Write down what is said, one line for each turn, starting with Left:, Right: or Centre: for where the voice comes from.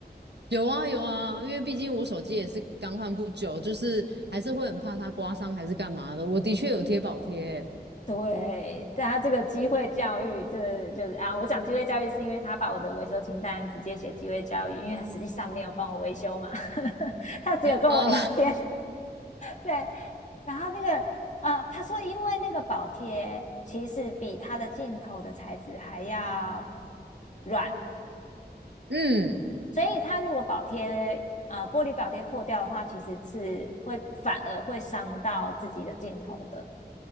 Right: 有啊有啊，因为毕竟我手机也是刚换不久，就是还是会很怕它刮伤还是干嘛的。我的确有贴保贴
Left: 对，他这个机会教育，这个就是啊，我讲机会教育是因为他把我的维修清单直接写机会教育，因为他实际上没有帮我维修嘛，<laughs> 呵呵他只有跟我聊天。
Right: 啊，
Left: 对，然后那个呃，他说因为那个保贴其实比他的镜头的材质还要软，
Right: 嗯，
Left: 所以他如果保贴呃玻璃保贴破掉的话，其实是会反而会伤到自己的镜头的。